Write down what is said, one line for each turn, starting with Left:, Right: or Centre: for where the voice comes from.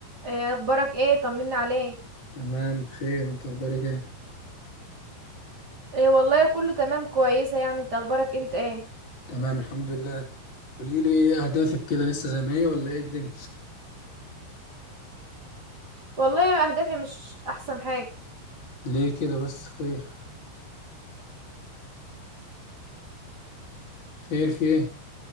Right: ايه اخبارك ايه طمنا عليك
Left: تمام بخير انت اخبارك ايه
Right: ايه والله كله تمام كويسه يعني انت اخبارك انت ايه
Left: تمام الحمد لله قولي لي ايه اهدافك كده لسه زي ما هي ولا ايه الدنيا
Right: والله اهدافي مش احسن حاجه
Left: <laughs> ليه كده بس خير خير في ايه